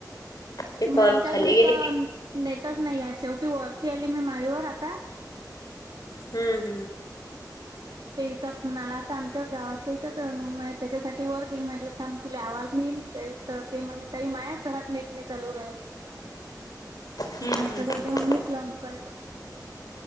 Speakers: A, on the left (about 60°); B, on the right (about 70°).
A: ते
B: नाय
A: कॉल
B: आमच्या
A: खाली
B: घरी
A: गेले
B: त नेटच नाही या शेवटी वरती आली मी माळीवर आता
A: ह, ह
B: ते हचा फोन आला आता आमच्याच गावातल्याचा त्याच्यासाठी वर गेल म्हटलं थ तुला आवाज नाहीईन ते तर ते म्हण तई मायाच घरात नेट नाही चालू राहील
A: हम्म
B: माहितलं
A: हम्म
B: तरद
A: हम्म
B: मीच लावून पाहितो